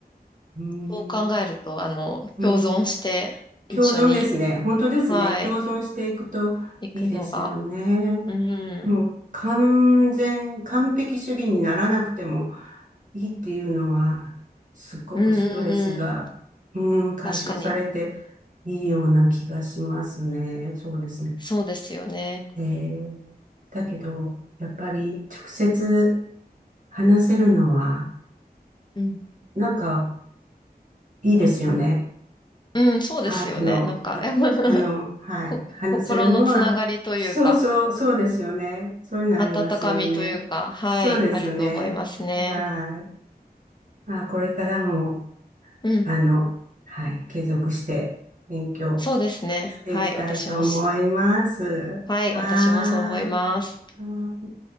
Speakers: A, on the right; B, on the left.
A: うーん、
B: そう考えると、あの、
A: うーん、
B: 共存して一緒に、
A: 共存ですね。本当ですね。
B: はい、
A: 共存していくといいですよね。
B: 行くのが、うん。
A: もう完全、完璧主義にならなくてもいいっていうのは、すっごくストレスが、
B: うんうんうん。
A: うん、解消されて
B: 確かに。
A: いいような気がしますね。そうですね。
B: そうですよね。
A: えーだけど、やっぱり直接話せるのは、
B: うん。
A: なんかいいですよね。
B: うん、そうですよね。
A: アートの、
B: なんか、
A: あ、
B: <laughs>
A: あの、はい、
B: こ、
A: 話せるのは、
B: 心のつながりというか、
A: そうそう、そうですよね。そういうのありますよね。
B: 温かみというか、はい、
A: そうですね。
B: あると思いますね。
A: はい。まあ、これからも、
B: うん。
A: あの、はい、継続して勉強
B: そうですね。
A: していきたいと思います。
B: はい、私もし、はい、
A: はーい。
B: 私もそう思います。
A: はーい